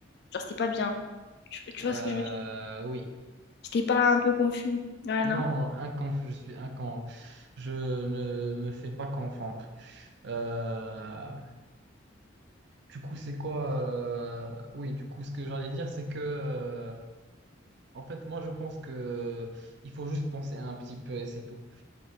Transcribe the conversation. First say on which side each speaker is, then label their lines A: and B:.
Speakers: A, on the left (about 60°); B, on the right (about 60°).
A: Genre, c'est pas bien. Tu, tu
B: Euh,
A: vois ce que je veux dire?
B: oui.
A: J'étais pas un peu confus. Ouais,
B: Non,
A: non.
B: un conf, je suis un con. Je ne me fais pas confondre. Euh, du coup, c'est quoi? euh, Oui, du coup, ce que j'allais dire, c'est que. euh, En fait, moi, je pense que il faut juste penser un petit peu et c'est tout.